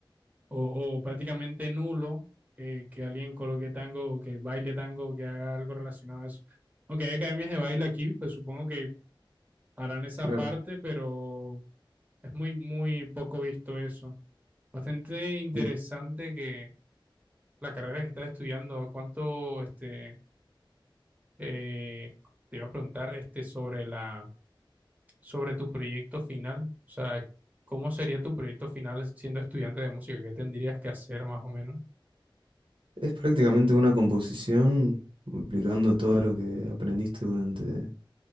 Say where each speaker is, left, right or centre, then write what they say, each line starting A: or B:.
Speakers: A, on the right; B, on the right.
A: o, o prácticamente nulo que, que alguien coloque tango o que baile tango o que haga algo relacionado a eso. Aunque hay academias de baile aquí, pues supongo que harán esa
B: Claro.
A: parte, pero es muy, muy poco visto eso. Bastante interesante
B: Y
A: que la carrera que estás estudiando, ¿cuánto este, eh, te iba a preguntar este, sobre la, sobre tu proyecto final? O sea, ¿cómo sería tu proyecto final siendo estudiante de música? ¿Qué tendrías que hacer más o menos?
B: es prácticamente una composición aplicando todo lo que aprendiste durante